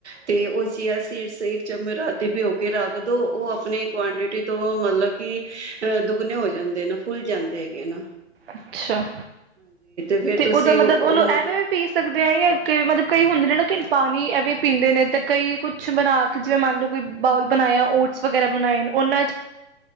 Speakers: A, on the right; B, on the right.
A: ਤੇ ਉਹ ਚਿਆ ਸੀਡਸ ਇਕ ਚਮਚ ਰਾਤੀ ਭਿਓ ਕੇ ਰੱਖ ਦੋ। ਉਹ ਆਪਣੀ ਕੁਆਂਟਿਟੀ ਤੋਂ ਮਤਲਬ ਕਿ ਅ ਦੁੱਗਣੇ ਹੋ ਜਾਂਦੇ ਨ, ਫੁੱਲ ਜਾਂਦੇ ਹੈਗੇ ਨੇ।
B: ਅੱਛਾ।
A: ਫੇਰ
B: ਤੇ
A: ਤੁਸੀਂ
B: ਉਦਾ ਮਤਲਬ
A: ਉਹ
B: ਉਹਨੂੰ ਐਵੇਂ ਪੀ ਸਕਦੇ ਹ, ਯਾ ਕਿ ਮਤਲਬ ਕਈ ਹੁੰਦੇ ਨੇ ਨਾ, ਕਿ ਪਾਣੀ ਐਵੇਂ ਪੀਂਦੇ ਨੇ ਤੇ ਕਈ, ਕੁੱਛ ਬਣਾ ਕੇ ਜਿਵੇਂ ਮੰਨ ਲਓ ਕੋਈ ਬਾਊਲ ਬਣਾਇਆ, ਓਟਸ ਵਗੈਰਾ ਬਣਾਏ ਓਨਾਂ